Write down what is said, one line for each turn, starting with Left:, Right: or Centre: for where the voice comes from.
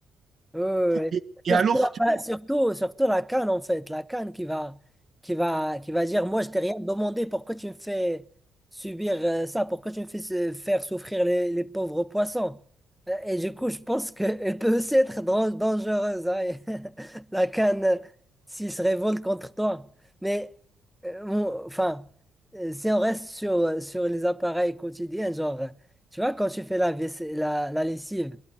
Centre: Euh,
Right: Et, et
Centre: surtout,
Right: à leur
Centre: après-
Right: tour,
Centre: surtout, surtout la canne en fait, la canne qui va, qui va, qui va dire, moi je t'ai rien demandé, pourquoi tu me fais subir euh, ça, pourquoi tu me fais se- faire souffrir les, les pauvres poissons? Euh, Et du coup, je pense qu'elle <laughs> peut aussi être dran- dangereuse, hein, et <laughs> la canne, euh, s'il se révolte contre toi. Mais, euh, mon- enfin, euh, si on reste sur, sur les appareils quotidiens, genre, tu vois, quand tu fais la, vaisse- la, la lessive,